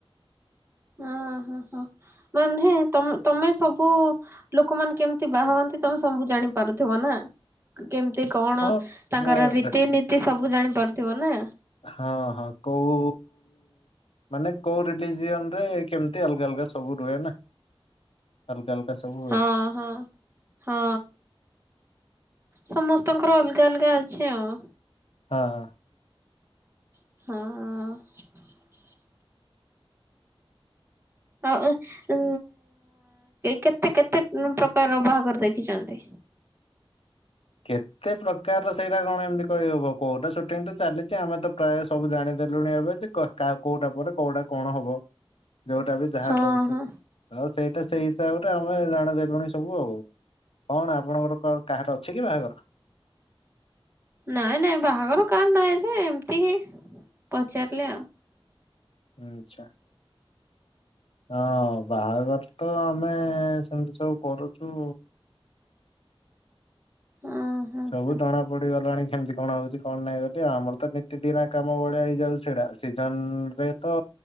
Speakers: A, on the right; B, on the left.
A: ହଁ ହଁ ହଁ। ମାନେଁ ତମ ତମେ ସବୁ ଲୋକମାନୋନ କେମିତି ବା ହନ୍ତି ତମେ ସବୁ ଜାଣିପାରୁଥିବ ନା କେମିତି କଣ
B: ହଁ
A: ତାଙ୍କର
B: ଅ,
A: ରୀତିନୀତି
B: ଦେଖ
A: ସବୁ ଜାଣିପାରୁ ଥିବ ନା
B: ହଁ ହଁ କୋଉ ମାନେ କୋଉ ରିଲିଜିନ ରେ କେମିତି ଅଲଗା ଅଲଗା ସବୁ ରୁହେ ନା ଅଲଗା ଅଲଗା ସବୁ ହୁଏ
A: ହଁ ହଁ ହଁ। ସମସ୍ତଙ୍କର ଅଲଗା ଅଲଗା ଅଛି ଆଉ।
B: ହଁ ହଁ।
A: ହଁ। ଆଉ ଉ କେତେ କେତେ ପ୍ରକାର ବାହାଘର ଦେଖିଛନ୍ତି।
B: କେତେ ପ୍ରକାରର ସେଇଟା କଣ ଏମିତି କହିହବ କୋଉଟା ସୁଟିଂ ତ ଚାଲିଛି ଆମେ ତ ପ୍ରାୟ ସବୁ ଜାଣିଦେଲୁଣି ଏବେ କ କୋଉଟା ବୋଟେ କୋଉଟା କଣ ହବ? ଯୋଉଟା ବି ଯାହା
A: ହଁ
B: କରୁଛୁ
A: ହଁ
B: ଆଉ ସେଇ ଟା ସେଇ ହିସାବରେ ଆମେ ଜାଦେଲୁଣି ସବୁ ଆଉ କଣ ଆପଣଙ୍କର କାହାର ଅ ଅଛି କି ବାହାଘର।
A: ନାଇଁ ନାଇଁ ବାହାଘର କାହାର ନହିଁ ଯେ ଏମିତି ହିଁ ପଚାରିଲେ ଆଉ।
B: ହୁଁ ଆଛା। ହଁ ବାହାଘର ତ ଆମେ ସେମିତି ସବୁ କରୁଛୁ।
A: ଆଉ ହଁ
B: ସବୁ
A: ହଁ
B: ଜଣା ପଡିଗଲାଣି କେମିତି କଣ ହଉଛି। କଣ ନାାଇଁ ବୋଲି ଆମର ତ ନିତି ଦିନ କାମ ବଳିଆ ହେଇଯାଉଛି ସେଇଟା ସିଜନ ରେ ତ